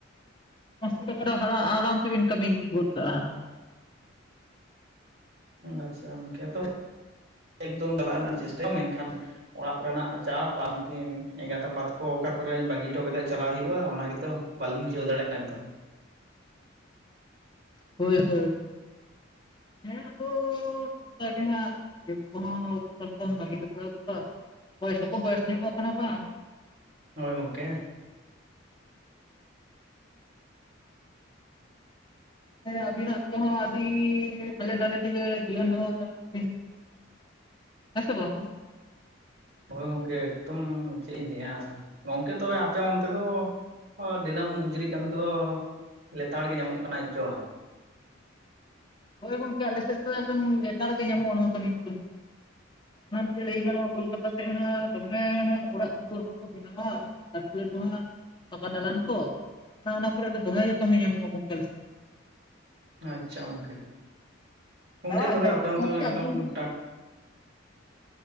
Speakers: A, on the left; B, on the right.
A: ᱯᱟᱸᱥᱥᱚ ᱴᱟᱠᱟ ᱫᱚ ᱟᱨᱟᱢ ᱥᱮᱵᱤᱱ ᱠᱟᱹᱢᱤ ᱤᱫᱤ ᱜᱚᱫ ᱠᱟᱜᱼᱟ ᱦᱟᱸᱜ᱾
B: ᱟᱪᱪᱷᱟ ᱜᱚᱝᱠᱮ ᱛᱚᱵᱮ ᱮᱠᱫᱚᱢ ᱪᱟᱞᱟᱜ ᱨᱮᱱᱟᱜ ᱤᱧ ᱪᱮᱥᱴᱟᱭᱟ ᱢᱮᱱᱠᱷᱟᱱ ᱚᱲᱟᱜ ᱠᱚᱨᱮᱱᱟᱜ ᱪᱟᱯ ᱟᱨ ᱱᱩᱠᱤᱱ ᱮᱸᱜᱟᱛ ᱟᱯᱟᱛ ᱠᱚ ᱚᱠᱟ ᱠᱚᱨᱮ ᱵᱟᱹᱜᱤ ᱦᱚᱴᱚ ᱠᱟᱛᱮᱜ ᱪᱟᱞᱟᱜ ᱦᱩᱭᱩᱜᱼᱟ ᱚᱱᱟᱜᱛᱚ ᱵᱟᱞᱤᱧ ᱵᱩᱡᱷᱟᱹᱣ ᱫᱟᱲᱮᱜ ᱮᱠᱚᱢ
A: ᱦᱳᱭ ᱦᱳᱭ ᱦᱮᱸ ᱟᱫᱚ ᱚᱱᱝᱠᱟ ᱜᱮ ᱦᱟᱸᱜ ᱟᱭᱳ ᱵᱟᱵᱟ ᱦᱚᱸ ᱚᱠᱟᱞᱮᱠᱟᱢ ᱵᱟᱹᱜᱤ ᱦᱚᱴᱚ ᱟᱠᱚᱣᱟ, ᱵᱚᱭᱮᱥ ᱦᱚᱸᱠᱚ ᱵᱚᱭᱮᱥ ᱱᱚᱜ ᱠᱟᱱᱟ ᱵᱟᱝ?
B: ᱦᱳᱭ ᱜᱚᱝᱠᱮ
A: ᱦᱮᱸ ᱟᱵᱤᱱᱟᱜ ᱛᱮᱦᱚᱸ ᱟᱹᱰᱤᱻ ᱦᱟᱞᱮ ᱰᱟᱞᱮ ᱛᱮᱜᱮ ᱡᱤᱭᱚᱱ ᱫᱚ <inaudible> ᱦᱮᱸ ᱥᱮ ᱵᱟᱝ
B: ᱦᱳᱭ ᱜᱚᱝᱠᱮ ᱮᱠᱫᱚᱢ ᱪᱮᱫ ᱤᱧ ᱞᱟᱹᱭᱟᱢᱟ, ᱜᱚᱝᱠᱮ ᱛᱚᱵᱮ ᱟᱯᱮ ᱚᱱᱛᱮ ᱫᱚ ᱦᱳᱭ ᱫᱤᱱᱟᱹᱢ ᱢᱩᱡᱨᱤ ᱠᱟᱹᱢᱤ ᱠᱚᱫᱚ, ᱞᱮᱛᱟᱲ ᱜᱮ ᱧᱟᱢᱚᱜ ᱠᱟᱱᱟ ᱪᱮᱫ ᱪᱚ ᱵᱟᱝ?
A: ᱦᱳᱭ ᱜᱚᱝᱠᱮ ᱟᱞᱮ ᱥᱮᱫ ᱫᱚ ᱮᱠᱫᱚᱢ ᱞᱮᱛᱟᱲ ᱜᱮ ᱧᱟᱢᱚᱜᱼᱟ ᱚᱱᱟ ᱠᱟ. ᱢᱤ ᱠᱚᱫᱚ <inaudible> ᱚᱱᱟ ᱠᱷᱟᱹᱛᱤᱨ ᱞᱟᱹᱭ ᱜᱟᱱᱚᱜᱼᱟ ᱠᱳᱞᱠᱟᱛᱟ ᱥᱮᱫ ᱦᱟᱸᱜ ᱫᱚᱢᱮ ᱦᱟᱸᱜ ᱚᱲᱟᱜ ᱫᱩᱣᱟᱹᱨ ᱠᱚᱠᱚ ᱵᱮᱱᱟᱣᱟ, ᱞᱟᱹᱴᱩ ᱞᱟᱹᱴᱩ ᱦᱟᱸᱜ ᱯᱟᱠᱟ ᱫᱟᱞᱟᱱ ᱠᱚ, ᱚᱱᱟ ᱚᱱᱟ ᱠᱚᱨᱮ ᱫᱚ ᱫᱚᱢᱮ ᱜᱮ ᱠᱟᱹᱢᱤ ᱧᱟᱢᱚᱜᱼᱟ ᱜᱚᱝᱠᱮ ᱟᱞᱮ ᱥᱮᱫ ᱫᱚ
B: ᱟᱪᱪᱷᱟ ᱜᱚᱝᱠᱮ, ᱜᱚᱝᱠᱮ
A: ᱫᱟᱜ
B: ᱛᱚᱵᱮ
A: ᱡᱟᱹᱯᱩᱫ
B: ᱟᱯᱮ ᱚᱱᱛᱮᱢᱟ
A: ᱜᱚᱝᱠᱮ
B: ᱮᱠᱫᱚᱢ
A: ᱟᱹᱵᱤᱱ ᱡᱩᱫᱤ
B: ᱴᱟ